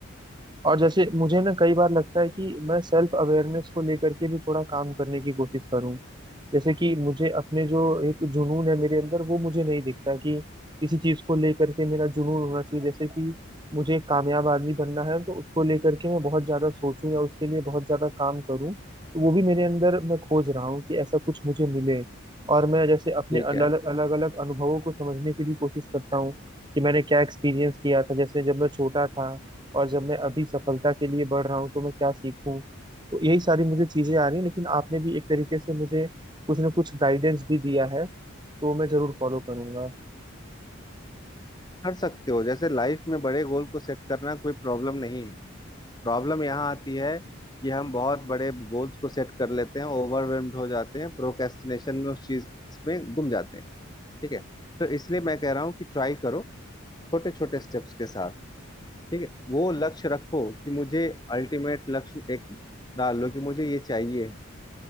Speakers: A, on the right; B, on the left.
A: और जैसे मुझे ना कई बार लगता है कि मैं सेल्फ अवेयरनेस को लेकर के भी थोड़ा काम करने की कोशिश करूँ जैसे कि मुझे अपने जो एक जुनून है मेरे अंदर वो मुझे नहीं दिखता कि किसी चीज को लेकर के मेरा जुनून होना चाहिए जैसे कि मुझे एक कामयाब आदमी बनना है तो उसको लेकर के मैं बहुत ज्यादा सोचूं या उसके लिए बहुत ज्यादा काम करूं तो वो भी मेरे अंदर मैं खोज रहा हूँ कि ऐसा कुछ मुझे मिले और मैं जैसे अपने
B: ठीक
A: अलग
B: है
A: अलग अलग अनुभवों को समझने की भी कोशिश करता हूँ कि मैंने क्या एक्सपीरियंस किया था जैसे जब मैं छोटा था और जब मैं अभी सफलता के लिए बढ़ रहा हूँ तो मैं क्या सीखूं तो यही सारी मुझे चीजें आ रही हैं लेकिन आपने भी एक तरीके से मुझे कुछ ना कुछ गाइडेंस भी दिया है तो मैं जरूर फॉलो करूंगा
B: कर सकते हो जैसे लाइफ में बड़े गोल को सेट करना कोई प्रॉब्लम नहीं है प्रॉब्लम यहाँ आती है कि हम बहुत बड़े गोल्स को सेट कर लेते हैं ओवरवेल्म्ड हो जाते हैं प्रोक्रेस्टिनेशन में उस चीज में गुम जाते हैं ठीक है तो इसलिए मैं कह रहा हूँ कि ट्राई करो छोटे छोटे स्टेप्स के साथ ठीक है वो लक्ष्य रखो कि मुझे अल्टीमेट लक्ष्य एक डाल लो कि मुझे ये चाहिए है